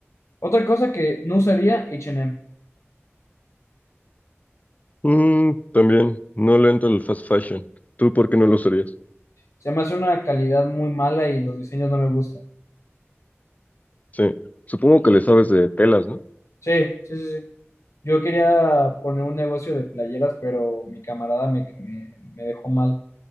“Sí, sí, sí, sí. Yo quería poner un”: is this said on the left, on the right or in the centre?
Left